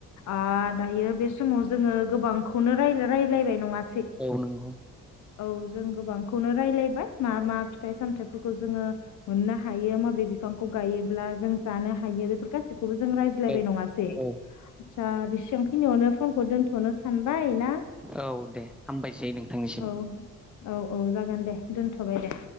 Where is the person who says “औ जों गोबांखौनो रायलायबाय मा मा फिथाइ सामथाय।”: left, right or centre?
Left